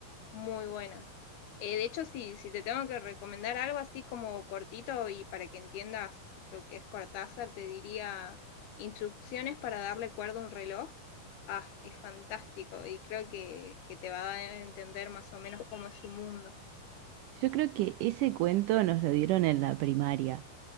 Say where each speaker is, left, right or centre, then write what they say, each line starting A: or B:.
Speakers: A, on the left (about 90°); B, on the right (about 80°).
A: muy buenas. Eh, de hecho, sí, si te tengo que recomendar algo así como cortito y para que entiendas lo que es Cortázar, te diría instrucciones para darle cuerda a un reloj. Ah, es fantástico y creo que, que te va a dar a entender más o menos cómo es su mundo.
B: Yo creo que ese cuento nos lo dieron en la primaria.